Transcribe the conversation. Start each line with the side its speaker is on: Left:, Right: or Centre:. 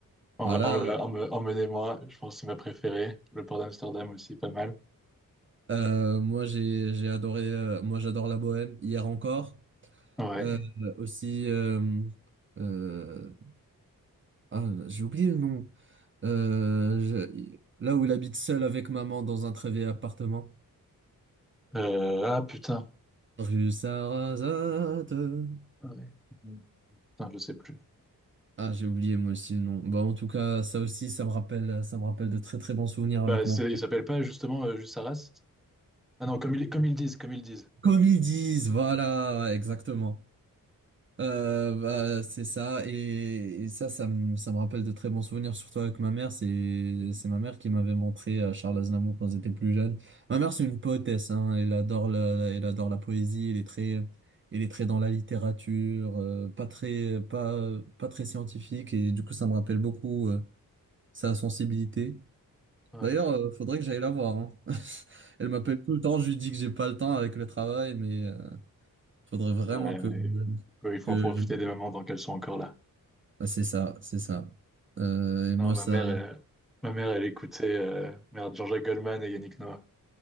Centre: En-
Right: Voilà,
Centre: en- en- Emmenez-moi, je pense que c'est ma préférée. Le port d'Amsterdam aussi, pas mal.
Right: euh, moi j'ai j'ai adoré, euh, moi j'adore la bohème, hier encore.
Centre: Ouais.
Right: Euh, aussi, euh, euh, ah, j'ai oublié le nom. Euh, je- là où il habite seul avec maman dans un très vieil appartement.
Centre: Euh, ah, putain.
Right: Rue Sarrazate.
Centre: Ouais. Putain, je sais plus.
Right: Ah, j'ai oublié moi aussi le nom. Bah, en tout cas, ça aussi, ça me rappelle, ça me rappelle de très très bons souvenirs
Centre: Bah,
Right: avec
Centre: c'est-
Right: mon père.
Centre: il s'appelle pas justement euh, juste Arras? Ah non, comme ils, comme ils disent, comme ils disent.
Right: Comme ils disent, voilà, ouais, exactement. Euh, bah, c'est ça et, et ça ça me ça me rappelle de très bons souvenirs surtout avec ma mère c'est c'est ma mère qui m'avait montré euh, Charles Aznavour quand j'étais plus jeune ma mère c'est une poétesse hein elle adore la elle adore la poésie elle est très elle est très dans la littérature euh, pas très pas pas très scientifique et du coup ça me rappelle beaucoup euh, sa sensibilité
Centre: Ouais.
Right: d'ailleurs euh, faudrait que j'aille la voir hein. <laughs> elle m'appelle tout le temps je lui dis que j'ai pas le temps avec le travail mais euh, faudrait vraiment
Centre: Ouais,
Right: que
Centre: mais il faut, il faut
Right: que
Centre: en profiter des moments dans qu'elles sont encore là.
Right: Ah C'est ça, c'est ça. Euh, et
Centre: Non,
Right: moi,
Centre: ma
Right: ça...
Centre: mère, elle- ma mère, elle écoutait euh, merde, Jean-Jacques Goldman et Yannick Noah.